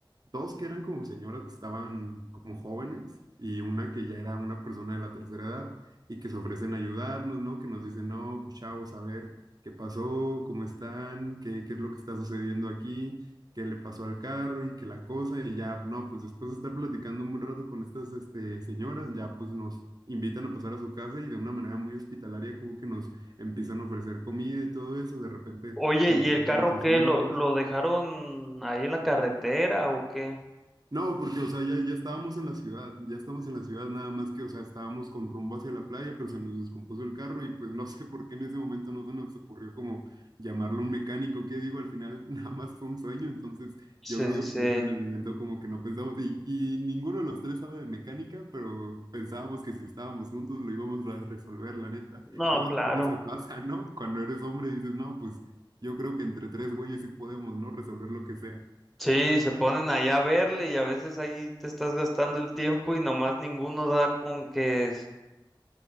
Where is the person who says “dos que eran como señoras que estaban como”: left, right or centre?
Right